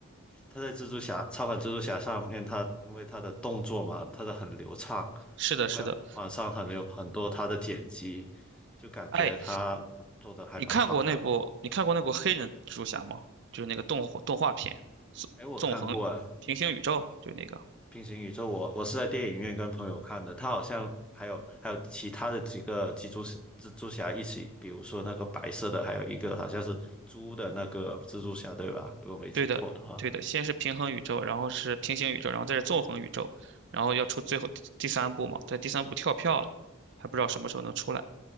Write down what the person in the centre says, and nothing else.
他在蜘蛛侠超凡蜘蛛侠上面，他因为他的动作嘛，他的很流畅，
因为网上很有很多他的剪辑，
就感觉他做的还蛮好的。
哎，我看过，
平行宇宙我我是在电影院跟朋友看的，他好像还有还有其他的几个蜘蛛侠蜘蛛侠一起，比如说那个白色的，还有一个好像是猪的那个蜘蛛侠，对吧？如果没记错的话，